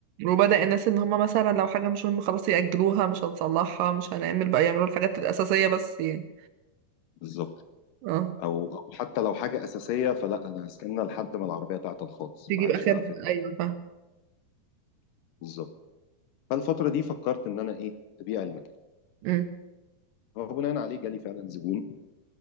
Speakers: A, on the right; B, on the left.
A: وبدأ الناس ان هما مثلا لو حاجة مش مهمة خلاص يأجلوها مش هنصلحها مش هنعمل بقى يعملوا الحاجات الأساسية بس يعني
B: بالظبط
A: اه
B: أو أو حتى لو حاجة أساسية فلا أنا هستنى لحد ما العربية تعطل خالص
A: تجيب
B: ما عادش
A: آخرها
B: بقى فكرة
A: أيوة فاهم
B: بالظبط فالفترة دي فكرت إن أنا إيه أبيع المكان
A: أمم.
B: وبناء عليه جالي فعلا زبون